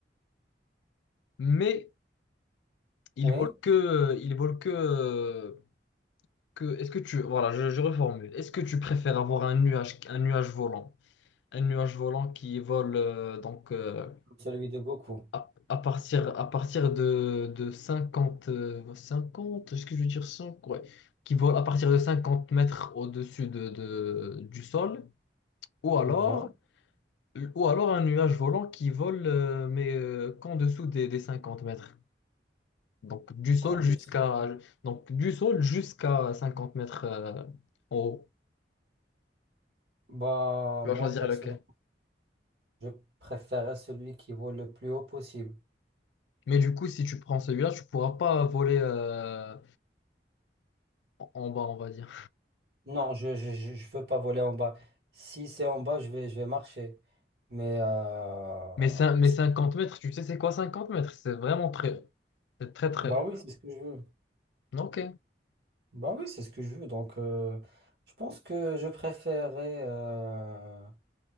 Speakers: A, on the left; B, on the right.
A: mais Ils
B: ouais,
A: volent que, ils volent que, que. Est-ce que tu, voilà, je, je reformule. Est-ce que tu préfères avoir un nuage, un nuage volant, un nuage volant qui vole euh, donc euh,
B: celui de Goku.
A: à, à partir, à partir de, de 50, euh, 50, est-ce que je veux dire 5, ouais, qui vole à partir de 50 mètres au-dessus de, de- du sol, ou alors,
B: Ou bien,
A: ou alors un nuage volant qui vole euh, mais euh, qu'en dessous des, des 50 mètres. Donc du sol
B: camp
A: jusqu'à
B: de Seoul.
A: donc du sol jusqu'à 50 mètres euh, en haut.
B: Bah,
A: Tu
B: moi,
A: vas choisir
B: personnellement,
A: lequel.
B: je préférais celui qui vole le plus haut possible.
A: Mais du coup, si tu prends celui-là, tu pourras pas voler euh, en en bas, on va dire.
B: Non, je, je, je je veux pas voler en bas. Si c'est en bas, je vais, je vais marcher. Mais, euh,
A: Mais, cin- mais
B: si-
A: 50 mètres, tu sais c'est quoi 50 mètres? C'est vraiment très haut. C'est très très
B: bah
A: haut.
B: oui, c'est ce que je veux.
A: Ok.
B: Bah oui, c'est ce que je veux. Donc, euh, je pense que je préférais, euh,